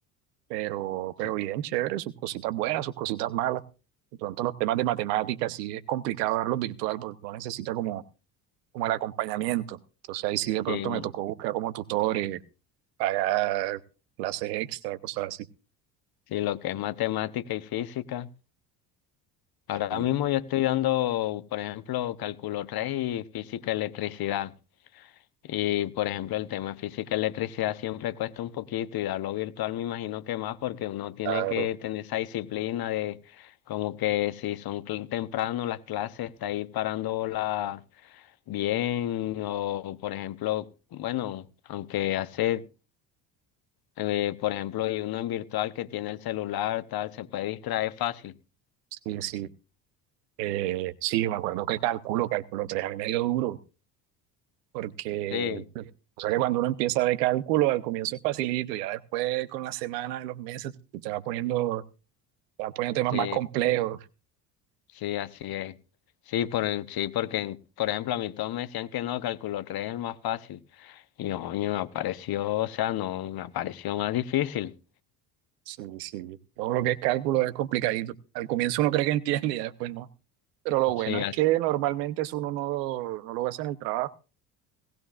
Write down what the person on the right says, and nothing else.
pero, pero
bien, chévere, sus cositas buenas, sus cositas malas. De pronto los temas de matemáticas sí es complicado darlos virtual porque uno necesita como, como el acompañamiento. Entonces ahí sí de pronto
me tocó buscar como tutores, pagar clases extra, cosas así.
Y,
claro,
sí, sí. Eh, sí, me acuerdo que cálculo, cálculo 3 a mí me dio duro. porque
pues, o sea que cuando uno empieza de cálculo, al comienzo es facilito, ya después con las semanas, los meses, te va poniendo, te va poniendo temas
más complejos.
Sí, sí, todo lo que es cálculo es complicadito. Al comienzo uno cree que entiende y ya después no. Pero lo bueno
es
que normalmente eso uno no, lo- no lo hace en el trabajo.